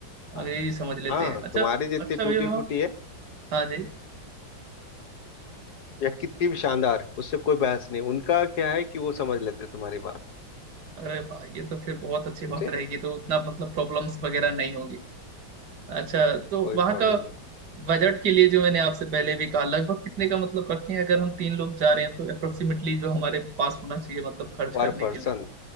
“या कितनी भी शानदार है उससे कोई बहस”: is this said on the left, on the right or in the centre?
Left